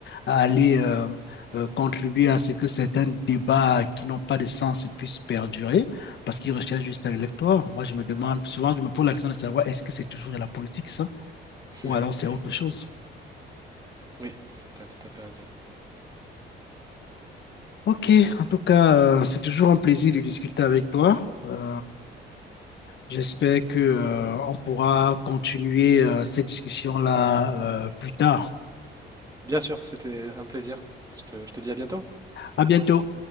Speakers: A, on the left (about 65°); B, on the right (about 20°).
A: à aller euh, euh, contribuer à ce que certains débats qui n'ont pas de sens puissent perdurer parce qu'ils recherchent juste à l'électoire. Moi, je me demande, souvent, je me pose la question de savoir est-ce que c'est toujours de la politique, ça,
B: <laughs>
A: ou
B: Mais,
A: alors c'est
B: et-
A: autre chose.
B: oui, tu as tout à fait raison.
A: Ok, en tout cas, euh, c'est toujours un plaisir de discuter avec toi. Euh, j'espère que, euh, on pourra continuer, euh, cette discussion-là, euh, plus tard.
B: Bien sûr, c'était un plaisir. Je te, je te dis à bientôt.
A: À bientôt.